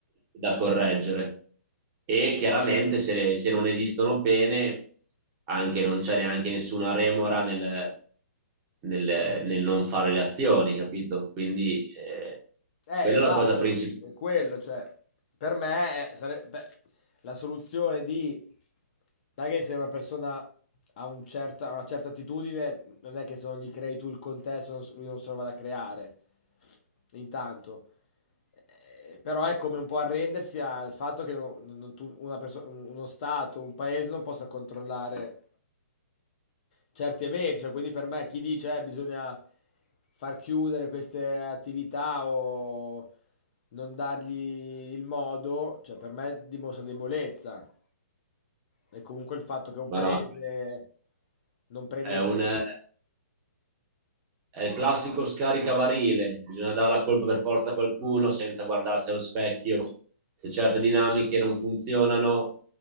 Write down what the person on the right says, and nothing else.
da correggere. E chiaramente se, le- se non esistono pene, anche non c'è neanche nessuna remora nel, nel- nel non fare le azioni, capito? Quindi eh,
quella
è la cosa principale.
Ma
no,
È,
un-
è il classico scaricabarile, bisogna dare la colpa per forza a qualcuno senza guardarsi allo specchio. Se certe dinamiche non funzionano,